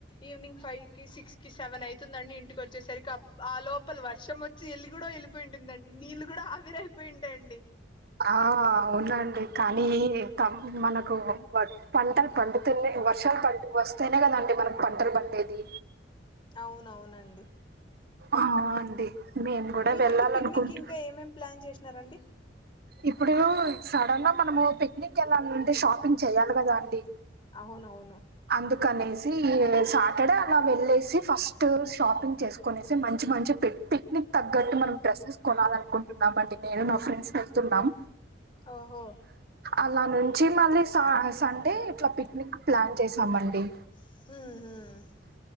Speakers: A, on the left (about 25°); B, on the right (about 55°).
A: ఈవినింగ్ ఫైవ్ కి సిక్స్ కి సెవెన్ అయితుందండి ఇంటికి వచ్చేసరికి ఆ లోపల వర్షం వచ్చి చె వెళ్ళి కూడా వెళ్ళిపోయింటందండి నీళ్ళు కూడా అవిరైపోయి ఉంటాయండి
B: ఆ ఆవునాండి కానీ మనకు హోంవర్క్ పంటలు పండుతునే వర్షాలు పండు వస్తేనే కదండి మనకు పంటలు పండేది
A: అవునవునండి
B: ఆ అండి మేము కూడా
A: మీరండి
B: వెళ్ళాలనుకుంటున్నా
A: పిక్నిక్ ఇంకా ఏమేం ప్లాన్ చేసినారండి
B: ఇప్పుడూ సడన్ గా మనము పిక్నిక్ ఎల్లాలంటే షాపింగ్ చెయ్యాలి కదా అండి
A: అవునవును
B: అందుకనేసి ఈ సాటర్డే అలా వెళ్ళేసి ఫస్ట్ షాపింగ్ చేసుకునేసి మంచి మంచి పెట్ పిక్నిక్ తగ్గట్టు మనం డ్రెస్సెస్ కొనాలనుకుంటున్నాం అండి నేను నా ఫ్రెండ్స్ వెళ్తున్నాం
A: ఓహో
B: అలా నుంచి మళ్ళీ సా సండే ఇట్లా పిక్నిక్ ప్లాన్ చేసామండి
A: హ